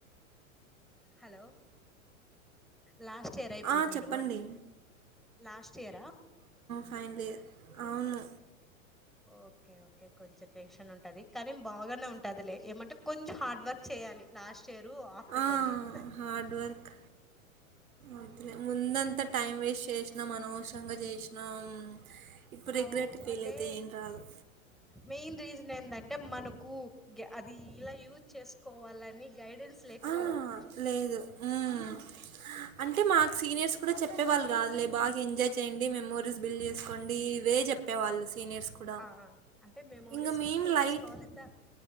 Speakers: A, in the centre; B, on the right (about 80°).
A: హలో లాస్ట్ ఇయరా ఇప్పుడు
B: ఆ,
A: మీరు
B: చెప్పండి
A: అంటే లాస్ట్ ఇయరా
B: ఫైనల్ ఇయర్ అవును
A: ఓకే ఓకే కొంచం టెన్షన్ ఉంటది కానీ బాగానే ఉంటదిలే ఏమంటే కొంచెం హార్డ్ వర్క్ చేయాలి లాస్ట్ ఇయర్ after
B: ఆ
A: one year
B: hard work అంతే ముందంతా టైం వేస్ట్ చేసినాం అనవసరంగా చేసినాం ఇప్పుడు రిగ్రెట్
A: అవు
B: ఫీల్
A: అంటే
B: అయితే ఏం రాదు
A: మెయిన్ రీజన్ ఏంటంటే మనకు అది ఇలా యూజ్ చేసుకోవాలని గైడెన్స్ లేకపోవడం
B: హా లేదు మ్ అంటే మాకు సీనియర్స్ కూడ చెప్పే వాళ్ళు కాదులే బాగ ఎంజాయ్ చేయండి మెమోరీస్ బిల్డ్ చేసుకోండి ఇ వే చెప్పేవాళ్ళు సీనియర్స్ కూడా
A: ఆ అంటే మెమోరీస్
B: ఇంగ మేం
A: కూడ ఫుల్
B: లైట్
A: చేసుకోవాలి ద